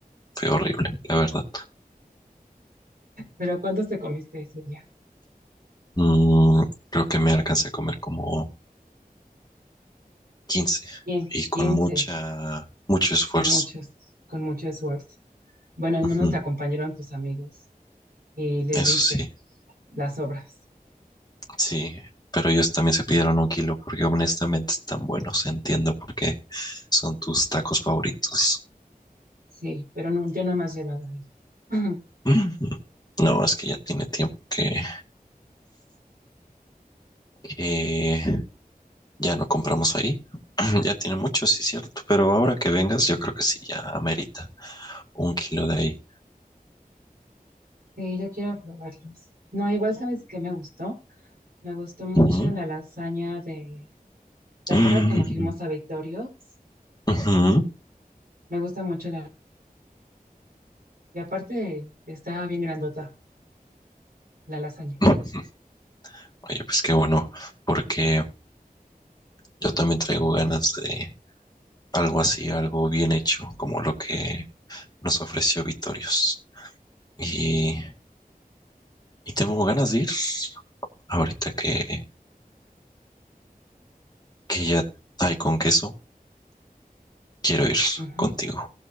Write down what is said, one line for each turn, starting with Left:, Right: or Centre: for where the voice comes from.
Left: fue horrible, la verdad.
Right: Pero ¿cuántos te comiste ese día?
Left: Mm, creo que me alcancé a comer como 15
Right: Quin-
Left: y con
Right: 15,
Left: mucha, mucho esfuerzo.
Right: con muchos, con mucho esfuerzo. Bueno, al
Left: Ujú,
Right: menos te acompañaron tus amigos y les
Left: Eso
Right: diste
Left: sí,
Right: las obras.
Left: sí. Pero ellos también se pidieron un kilo porque honestamente están buenos. Entiendo por qué son tus tacos favoritos.
Right: Sí, pero no, yo no me has llevado ahí. <clears throat>
Left: Ujú. No, es que ya tiene tiempo que, que Ya no compramos ahí. <clears throat> Ya tiene mucho, sí, cierto. Pero ahora que vengas, yo creo que sí, ya amerita un kilo de ahí.
Right: Sí, yo quiero probarlos. No, igual sabes que me gustó. Me gustó mucho
Left: Ujú.
Right: la lasaña de... ¿Te
Left: Mm,
Right: acuerdas cuando fuimos a Victorios?
Left: ujú.
Right: Me gusta mucho la... Y aparte está bien grandota la lasaña.
Left: Ujú. Oye, pues qué bueno, porque yo también traigo ganas de algo así, algo bien hecho, como lo que nos ofreció Vitorios. Y, y tengo ganas de ir. Ahorita que, que ya hay con queso, quiero ir
Right: Ujú.
Left: contigo